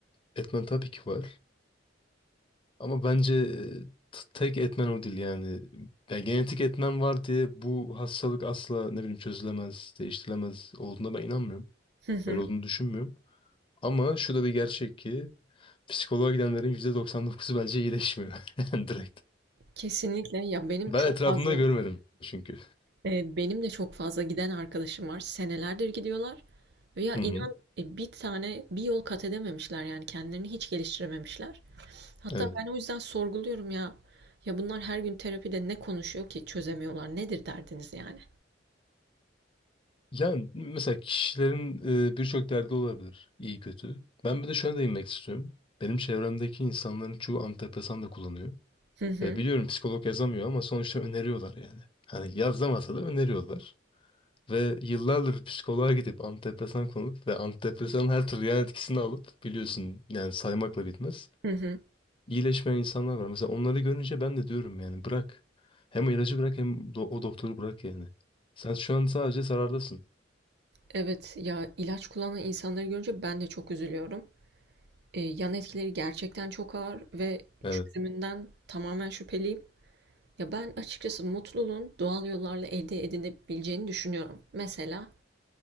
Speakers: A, on the left; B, on the right.
A: etmen tabii ki var. Ama bence e, t- tek etmen o değil yani. Ya genetik etmen var diye bu hastalık asla ne bileyim çözülemez, değiştirilemez olduğuna ben inanmıyorum.
B: Hı hı.
A: Öyle olduğunu düşünmüyorum. Ama şu da bir gerçek ki Psikoloğa gidenlerin %99'u bence iyileşmiyor. <laughs> Yani direkt.
B: Kesinlikle. Ya, benim
A: Ben
B: çok
A: etrafımda
B: fazla,
A: görmedim çünkü.
B: eee, benim de çok fazla giden arkadaşım var. Senelerdir gidiyorlar ve ya
A: Hı hı,
B: inan, eee, bir tane bir yol kat edememişler yani kendilerini hiç geliştirememişler. Hatta
A: evet.
B: ben o yüzden sorguluyorum ya. Ya bunlar her gün terapide ne konuşuyor ki çözemiyorlar? Nedir derdiniz yani?
A: Yani mesela kişilerin e, birçok derdi olabilir. İyi kötü. Ben bir de şuna değinmek istiyorum. Benim çevremdeki insanların çoğu antidepresan da kullanıyor.
B: Hı hı.
A: Ve biliyorum psikolog yazamıyor ama sonuçta öneriyorlar yani. Hani yazamasa da öneriyorlar. Ve yıllardır psikoloğa gidip antidepresan kullanıp ve antidepresanın her türlü yan etkisini alıp biliyorsun yani saymakla bitmez.
B: Hı hı.
A: İyileşmeyen insanlar var. Mesela onları görünce ben de diyorum yani bırak. Hem ilacı bırak hem do- o doktoru bırak yani. Sen şu an sadece zarardasın.
B: Evet, ya ilaç kullanan insanları görünce ben de çok üzülüyorum. Eee, yan etkileri gerçekten çok ağır ve
A: Evet,
B: çözümünden tamamen şüpheliyim. Ya ben açıkçası mutluluğun doğal yollarla elde edilebileceğini düşünüyorum. Mesela